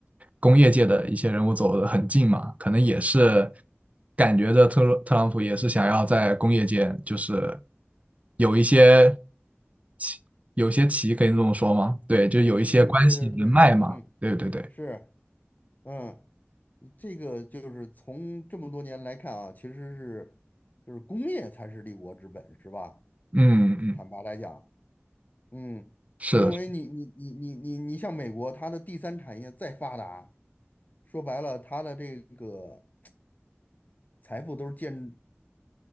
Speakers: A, on the right; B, on the left.
A: 工业界的一些人物走得很近嘛，可能也是感觉着特特朗普也是想要在工业界就是有一些奇，有一些棋可以这么说吗？对，就有一些关系人脉嘛。
B: 嗯，对对对，嗯，
A: 对对对，
B: 是。嗯，这个就是从这么多年来看啊，其实是就是工业才是立国之本，是吧？
A: 嗯嗯，
B: 坦白来讲，嗯，
A: 是的，
B: 因为你你你你你你像美国，它的第三产业再发达，说白了，它的这个财富都是建